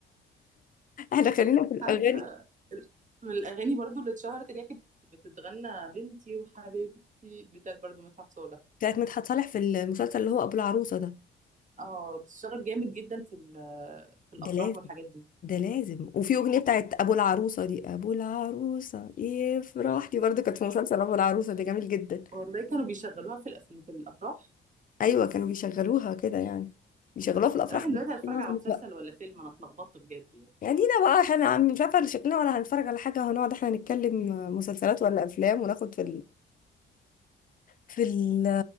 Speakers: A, on the left; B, on the right.
A: احنا خلينا في الاغاني
B: عارفه ال- من الاغاني برضو اللي اتشهرت اللي هي كانت بتتغنى بنتي وحبيبتي بتاعت برضو مدحت صالح
A: بتاعت مدحت صالح في المسلسل اللي هو ابو العروسه ده
B: اه بتشتغل جامد جدا في ال- في الافراح
A: ده لازم
B: والحاجات دي
A: ده لازم وفي اغنيه بتاعت ابو العروسه دي ابو العروسه ايه فرحتي برضه كانت في مسلسل ابو العروسه ده جميل جدا
B: والله كانوا بيشغلوها في الأف- في الافراح
A: ايوه كانوا بيشغلوها كده يعني بيشغلوها في الافراح
B: طب احنا دلوقتي هنتفرج
A: معظم
B: على مسلسل
A: الوقت
B: ولا فيلم انا اتلخبطت بجد يعني
A: يعني دينا بقى احنا عم- مش عارفه شكلنا ولا هنتفرج على حاجه هنقعد احنا نتكلم مسلسلات ولا افلام وناخد في في ال